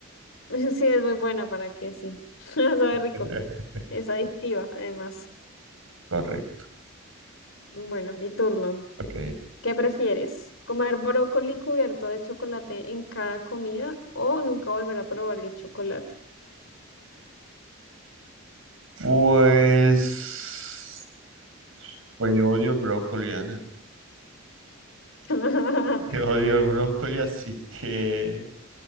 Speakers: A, on the left; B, on the right.
A: <laughs> Sí, es muy buena para que sí. <laughs> Sabe rico.
B: <laughs>
A: Es adictiva, además.
B: Correcto.
A: Bueno, mi turno.
B: Ok.
A: ¿Qué prefieres? ¿Comer brócoli cubierto de chocolate en cada comida o nunca volver a probar el chocolate?
B: Pues, pues yo odio el brócoli, Ana. <laughs>
A: <laughs>
B: Yo odio el brócoli, así que